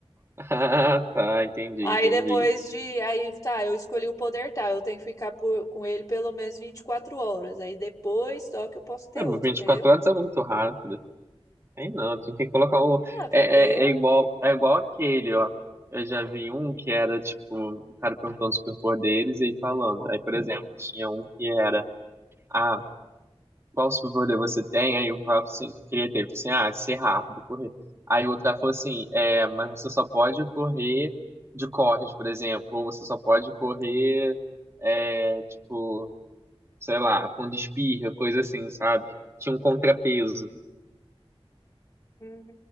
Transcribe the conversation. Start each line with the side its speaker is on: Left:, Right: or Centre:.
Right: Ah, tá, entendi,
Left: Aí
Right: entendi.
Left: depois de. Aí tá, eu escolhi o poder tal, eu tenho que ficar por- com ele pelo menos 24 horas. Aí depois só que eu posso ter
Right: É, mas
Left: outro,
Right: vinte
Left: entendeu?
Right: e quatro horas é muito rápido. Tem não, a gente tem que colocar o.
Left: Ah, porque
Right: É, é, é igual, é igual aquele, ó. Eu já vi um que era, tipo, o cara perguntando os superpoderes e aí falando. Aí, por exemplo, tinha um que era, ah, qual superpoder você tem? Aí o cara assim, queria ter, ele falou assim, ah, ser rápido, correr. Aí o outro cara falou assim, é, mas você só pode correr de corres, por exemplo, ou você só pode correr, é, tipo, sei lá, com espirra, coisa assim, sabe? Tinha um contrapeso.
Left: hum,